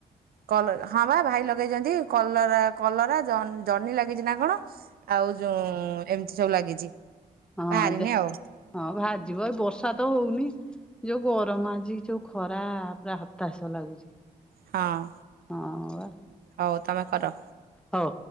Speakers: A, on the right (about 70°); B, in the centre.
A: କଲ ହଁ ବା ଭାଇ ଲଗେଇଛନ୍ତି। କଲରା କଲରା ଜନ୍ହିଲାଗିଛି ନା କଣ ଆଉ ଯୋଉ ଏମିତି ସବୁ ଲାଗିଛି
B: ହଁ
A: ବାହାରିନି
B: ଦେ
A: ଆଉ
B: ହଁ ଭାଜିବ ଏଇ ବର୍ଷା ତ ହଉନି ଯୋଉ ଗରମ ଆଜି ଯୋଉ ଖରା ପୁରା ହତାଶ ଲାଗୁଛି।
A: ହଁ
B: ହଁ ବା
A: ହଉ ତମେ କର
B: ହଉ।